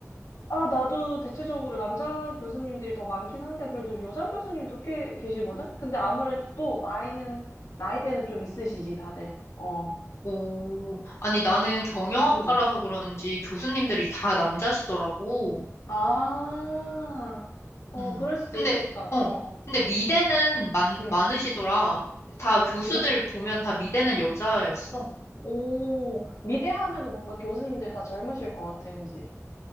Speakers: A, on the left; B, on the left.
A: 아, 나도 대체적으로 남자 교수님들이 더 많긴 한데, 그래도 여자 교수님도 꽤 계시거든? 근데 아무래도 또 나이는, 나이대는 좀 있으시지, 다들. 어,
B: 오, 아니 나는 경영학과라서
A: 응.
B: 그런지 교수님들이 다 남자시더라고.
A: 아, 어,
B: 음.
A: 그럴 수도
B: 근데
A: 있겠다.
B: 어,
A: 어,
B: 근데 미대는 많,
A: 응.
B: 많으시더라. 다 교수들
A: 미대?
B: 보면 다 미대는 여자였어.
A: 오, 미대 하면은 뭔가 교수님들 다 젊으실 것 같아, 왠지.